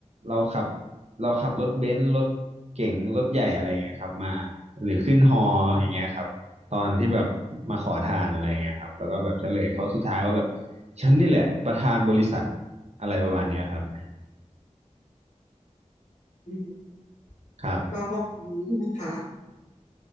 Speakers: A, on the right; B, on the left.
A: เราขับเราขับรถเบนซ์รถเก๋งรถใหญ่อะไรอย่างเงี้ยครับมาหรือขึ้นฮออย่างเงี้ยครับ ตอนที่แบบมาขอทานอะไรอย่างเงี้ยครับแล้วก็แบบเฉลยเขาสุดท้ายว่าแบบฉันนี่แหละประธานบริษัทอะไรประมาณเนี้ยครับ
B: อืม
A: <laughs> ครับ
B: ก็ประมาณนี้ใช่ไหมคะ